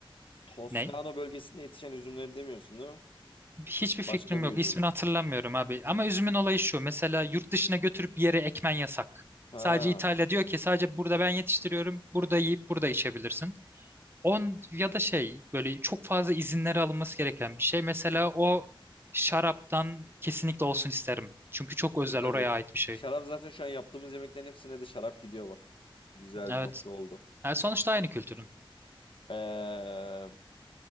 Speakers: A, on the left; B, on the right.
A: Toskana
B: Ne?
A: bölgesinde yetişen üzümleri demiyorsun değil mi?
B: Hiçbir fikrim
A: Başka bir
B: yok.
A: üzüm
B: İsmini
A: mü?
B: hatırlamıyorum abi. Ama üzümün olayı şu. Mesela yurt dışına götürüp bir yere ekmen yasak.
A: Ha
B: Sadece İtalya diyor ki sadece burada ben yetiştiriyorum. Burada yiyip burada içebilirsin. On ya da şey böyle çok fazla izinleri alınması gereken bir şey. Mesela o şaraptan kesinlikle olsun isterim. Çünkü çok özel
A: e tabii
B: oraya
A: ki.
B: ait bir şey.
A: Şarap zaten şu an yaptığımız yemeklerin hepsine de şarap gidiyor bak. Güzel
B: Evet.
A: bir nokta oldu.
B: Yani sonuçta aynı kültürün.
A: Ee.